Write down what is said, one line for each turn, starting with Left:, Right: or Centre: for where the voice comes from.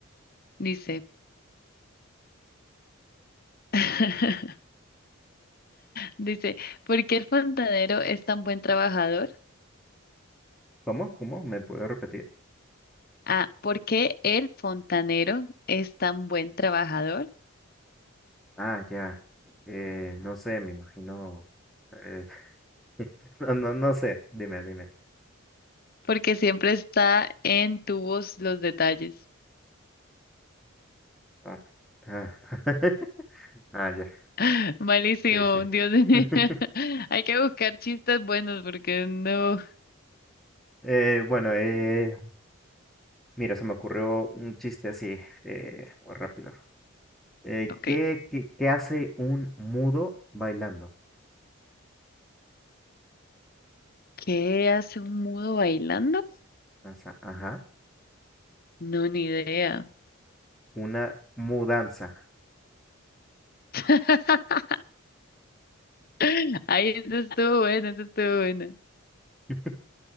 Left: dice, <laughs> dice, ¿por qué el fontanero es tan buen trabajador?
Centre: ¿Cómo? ¿Cómo? ¿Me puedo repetir?
Left: Ah, ¿por qué el fontanero es tan buen trabajador?
Centre: Ah, ya. Eh, no sé, me imagino. eh, <laughs> no, no, no sé. Dime, dime.
Left: Porque siempre está en tubos los detalles.
Centre: Ah, ah. <laughs> Ah, ya.
Left: <laughs> Malísimo,
Centre: Sí, sí.
Left: Dios mío.
Centre: <laughs>
Left: <laughs> Hay que buscar chistes buenos porque no.
Centre: Eh, bueno, eh, mira, se me ocurrió un chiste así, eh, muy rápido. Eh,
Left: Ok,
Centre: ¿qué, qué, qué hace un mudo bailando?
Left: ¿qué hace un mudo bailando?
Centre: Asa- ajá,
Left: No, ni idea.
Centre: una mudanza.
Left: <laughs> <laughs> Ay, eso estuvo bueno, eso estuvo bueno.
Centre: <laughs>